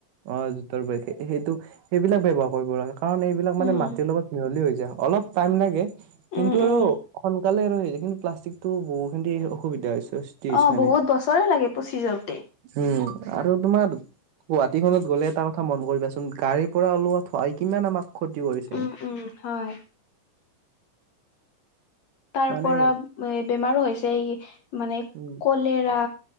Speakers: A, on the right; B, on the left.
A: অ জোতৰ বেগ সে সেইটো সেইবিলাক ব্যৱহাৰ কৰিব লাগে কাৰণ এইবিলাক
B: উম
A: মানে মাটিৰ লগত মিহলি হৈ যায় অলপ টাইম লাগে। কিন্তু
B: উম
A: আৰু
B: উম
A: সোনকালে আৰু সেই কিন্তু প্লাষ্টিকটো বহুখিনি অসুবিধা হৈছে। হৈছে
B: অ,
A: মানে
B: বহুত বছৰে লাগে পচি যাওতে।
A: উম আৰু তোমাৰ গুৱাহাটীখনত গ'লে এটা কথা মন কৰিবাচোন গাড়ীৰ পৰা ওলোৱা থোৱাই কিমান আমাক ক্ষতি কৰিছে।
B: উম উম, হয়। তাৰ
A: মানে
B: পৰা এ বেমাৰো হৈছে এই মানে
A: উম
B: কলেৰা।